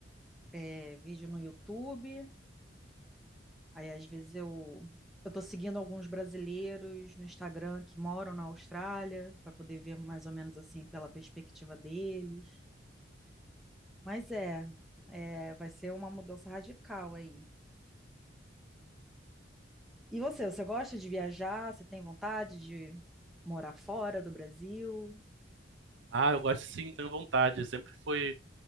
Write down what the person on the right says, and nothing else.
Ah, eu gosto sim, tenho vontade. Sempre foi